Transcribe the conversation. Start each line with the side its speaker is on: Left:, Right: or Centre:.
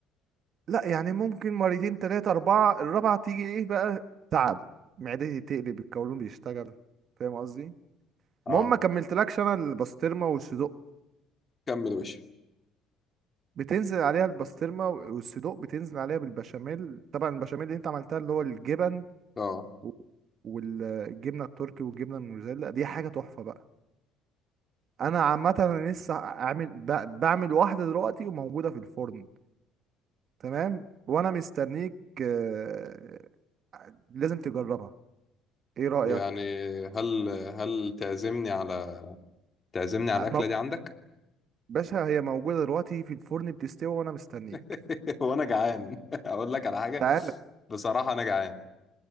Right: لا يعني ممكن مرتين تلاتة اربعة الرابعة تيجي ايه بقى تعب معدتي تقلب القولون بيشتغل فاهم قصدي
Left: اه
Right: المهم ما كملتلكش انا البسطرمة والصدوق
Left: كمل يا باشا
Right: بتنزل عليها البسطرمة والصدوق بتنزل عليها بالبشاميل طبعا البشاميل اللي انت عملتها اللي هو الجبن
Left: اه
Right: و- والجبنه التركي والجبنه الموزاريلا دي حاجه تحفه بقى انا عامه انا لسه اعمل ب- بعمل واحده دلوقتي وموجوده في الفرن تمام وانا مستنيك آه، لازم تجربها ايه رايك
Left: يعني هل هل تعزمني على تعزمني على
Right: آه،
Left: الاكله
Right: مو-
Left: دي عندك
Right: باشا هي موجوده دلوقتي في الفرن بتستوي وانا مستنيك
Left: <laughs> وانا جعان <laughs> اقول لك على حاجه
Right: تعال
Left: بصراحه انا جعان